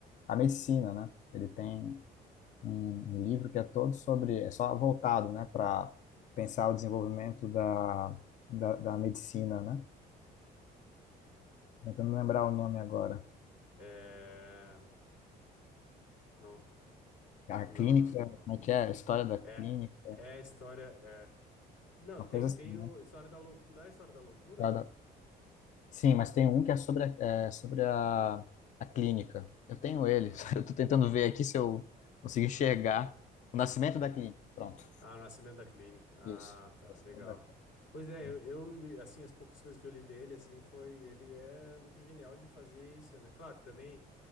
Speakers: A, on the left; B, on the left.
A: a medicina, né? Ele tem um, um livro que é todo sobre, é só voltado, né, para pensar o desenvolvimento da, da, da medicina, né? Tô Tentando lembrar o nome agora.
B: É... Não,
A: A
B: não,
A: clínica,
B: não, não,
A: como
B: não.
A: é que é? A história da clínica,
B: É, é a história. É... Não,
A: uma
B: tem,
A: coisa assim,
B: tem o História da Loucura. Não é a História da Loucura?
A: né? Sim, mas tem um que é sobre a, é, sobre a, a clínica. Eu tenho ele.
B: Aham,
A: <laughs> Eu tô tentando ver aqui se eu consigo enxergar
B: aham,
A: o nascimento
B: aham.
A: da clínica. Pronto.
B: Ah, o Nascimento da Clínica. Ah,
A: Isso.
B: tá,
A: O nascimento
B: legal.
A: da clínica.
B: Pois é,
A: né?
B: eu, eu li, assim, as poucas coisas que eu li dele, assim, foi, ele é muito genial de fazer isso, né? Claro, também